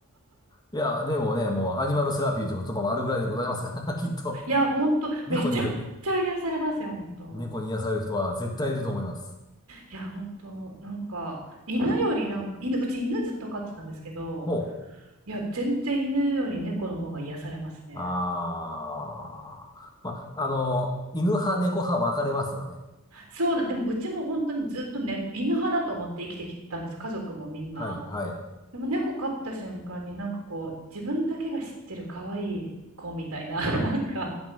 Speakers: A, on the left; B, on the right.
A: いや、でもね、もうアニマルセラピーという言葉もあるぐらいでございますから、<laughs> きっと。
B: いや、本当めちゃくちゃ癒されますよ、
A: 猫に癒、
B: 本当。
A: 猫に癒される人は絶対いると思います。
B: いや、本当なんか、犬よりなんか、犬、うち犬ずっと飼ってたんですけど、
A: ほう。
B: いや、全然犬より猫の方が癒されますね。
A: あー。ま、あの、犬派、猫派分かれますよね。
B: そうな、でもうちも本当にずっとね、犬派だと思って生きてきたんですよ、家族もみんな。
A: はい、はい、
B: でも猫飼った瞬間になんかこう、自分だけが知ってる可愛い子みたいな、<laughs> なんか、